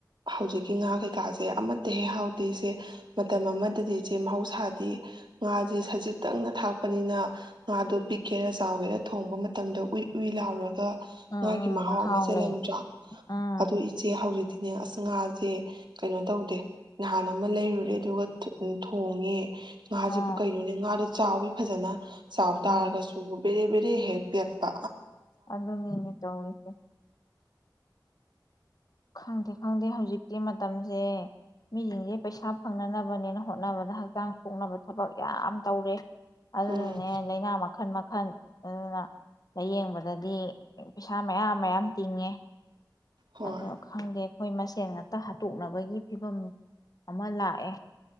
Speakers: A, on the right; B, on the left.
A: ꯍꯧꯖꯤꯛꯀꯤ ꯉꯥ ꯀꯩꯀꯥꯁꯦ ꯑꯃꯠꯇ ꯍꯦꯛ ꯍꯥꯎꯗꯦ ꯏꯆꯦ ꯃꯇꯝ ꯑꯃꯗꯗꯤ ꯏꯆꯦ ꯃꯍꯧꯥ ꯊꯥꯗꯤ ꯉꯥꯁꯦ ꯁꯖꯤꯛꯇꯪꯅ ꯊꯥꯛꯄꯅꯤꯅ ꯉꯥꯗꯣ ꯄꯤꯛꯀꯦꯔ ꯆꯥꯎꯒꯦꯔꯥ ꯊꯣꯡꯕ ꯃꯇꯝꯗ ꯎꯏ ꯎꯏ ꯂꯥꯎꯔꯒ
B: ꯎꯝ
A: ꯉꯥꯒꯤ ꯃꯍꯥꯎ
B: ꯎꯝ ꯍꯥꯎ
A: ꯑꯃ ꯆꯦꯜꯂꯝꯗ꯭ꯔꯥ
B: ꯂꯩ ꯎꯝ
A: ꯑꯗꯨ ꯏꯆꯦ ꯍꯧꯖꯤꯛꯇꯤ ꯅꯦ ꯑꯁ ꯉꯥꯁꯦ ꯀꯩꯅꯣ ꯇꯧꯗꯦ ꯅꯍꯥꯟ ꯑꯃ ꯂꯩꯔꯨꯔꯦ ꯑꯗꯨꯒ ꯎ ꯊꯣꯡꯉꯦ ꯉꯥꯁꯤꯕꯨ
B: ꯎꯝ
A: ꯀꯩꯅꯣꯅꯦ ꯉꯥꯗ ꯆꯥꯎꯋꯤ ꯐꯖꯅ ꯆꯥꯎ
B: ꯎꯝ
A: ꯇꯥꯔꯒꯁꯨ ꯦꯔꯦ ꯕꯔ ꯍꯦꯛꯄꯤ ꯑꯛꯄ
B: ꯑꯗꯨꯗ ꯅꯅ ꯇ ꯑꯣꯏꯁꯦ ꯈꯪꯗꯦ ꯈꯪꯗꯦ ꯍꯧꯖꯤꯛꯇꯤ ꯃꯇꯝꯁꯦ ꯃꯤꯁꯤꯡꯁꯦ ꯄꯩꯁꯥ ꯐꯪꯅꯅꯕꯅꯦꯅ ꯍꯣꯠꯅꯕꯗ ꯍꯛꯆꯥꯡ ꯁꯣꯛꯅꯕ ꯊꯕꯛ ꯌꯥꯝ ꯇꯧꯔꯦ ꯑꯗꯨꯅꯅꯦ
A: ꯎꯝ
B: ꯂꯥꯏꯅꯥ ꯃꯈꯜ ꯃꯈꯜ ꯑꯗꯨꯅ ꯂꯥꯏꯌꯦꯡꯕꯗꯗꯤ ꯄꯩꯁꯥ ꯃꯌꯥꯝ ꯃꯌꯥꯝ ꯇꯤꯡꯉꯦ
A: ꯍꯣꯏ
B: ꯑꯗꯣ ꯈꯪꯗꯦ ꯑꯩꯈꯣꯏ ꯃꯁꯦꯟ ꯉꯥꯛꯇ ꯍꯥꯠꯇꯣꯛꯅꯕꯒꯤ ꯐꯤꯕꯝ ꯑꯃ ꯂꯥꯛꯑꯦ